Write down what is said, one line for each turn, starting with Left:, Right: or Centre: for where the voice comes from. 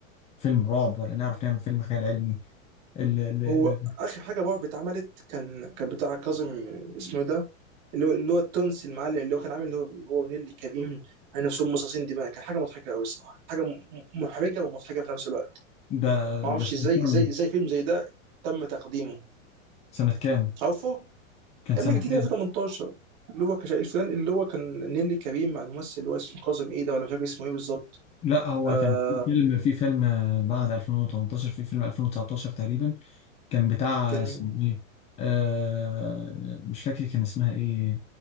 Left: فيلم رعب ولا نعرف نعمل فيلم خيال علمي ال- ال- ال-
Right: هو اخر حاجه رعب اتعملت كان كان بتاع كاظم اسمه إيه ده اللي هو اللي هو التونسي المعلم اللي هو كان عامل اللي هو هو ونيلي كريم على نفسهم مصاصين دماء كان حاجه مضحكه قوي الصراحه حاجه م- محرجه ومضحكه في نفس الوقت
Left: ده
Right: ما اعرفش
Left: ده سنه
Right: ازاي
Left: كام
Right: ازاي
Left: ده
Right: ازاي فيلم زي ده تم تقديمه
Left: سنه كام
Right: عارفه
Left: كان
Right: يا
Left: سنه
Right: ابني جديد
Left: كام
Right: 2018 اللي هو كش... الفلان اللي هو كان نيلي كريم مع الممثل اللي هو اسمه كاظم ايه ده ولا مش فاكر اسمه ايه بالظبط
Left: لا هو
Right: آه
Left: كان في فيلم في فيلم بعد 2018 في فيلم 2019 تقريبا كان بتاع
Right: كان
Left: اسمه
Right: مين؟
Left: ايه آه مش فاكر كان اسمها ايه